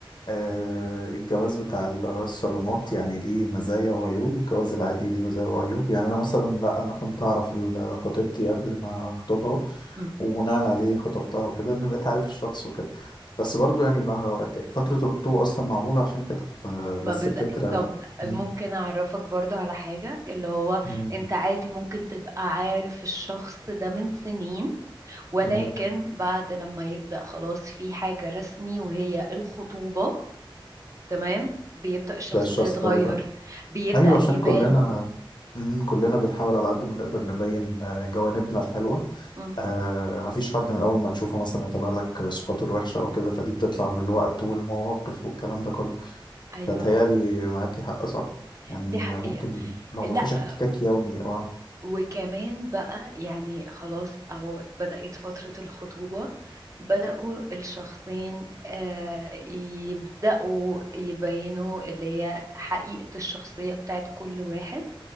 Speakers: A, on the left; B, on the right.
A: آه، الجواز بتاع الصالونات يعني ليه مزايا وعيوب والجواز العادي ليه مزايا وعيوب يعني انا مثلا لا انا كنت اعرف ال- خطيبتي قبل ما اخطبها
B: م-
A: وبناء عليه خطبتها وكده ان بقيت عارف الشخص وكده بس برضو يعني بقى فترة الخطوبة اصلا معمولة عشان كده فبس
B: ما بز...
A: الفكرة
B: طب
A: مم.
B: ممكن اعرفك برضو على حاجه اللي هو
A: مم.
B: انت عادي ممكن تبقى عارف الشخص ده من سنين ولكن
A: مم.
B: بعد لما يبدا خلاص في حاجه رسمي وهي الخطوبه تمام بيبدا الشخص
A: ده الشخص
B: ده يتغير
A: ده وده
B: بيبدا
A: ايوه عشان
B: يبان
A: كلنا مم، كلنا بنحاول على قد ما نقدر نبين آه، جوانبنا الحلوه
B: م،
A: آه مفيش حد من اول ما تشوفه مثلا يطلع لك صفاته الوحشه او كده فدي بتطلع بالوقت والمواقف والكلام ده كله
B: ايوه
A: فتهيالي معاكي حق صح يعني
B: دي حقيقه
A: ممكن لو
B: لا
A: مفيش احتكاك يومي اه
B: وكمان بقى يعني خلاص أهو بدأت فترة الخطوبة بدأوا الشخصين آه، يبدأوا يبينوا اللي هي حقيقة الشخصية بتاعت كل واحد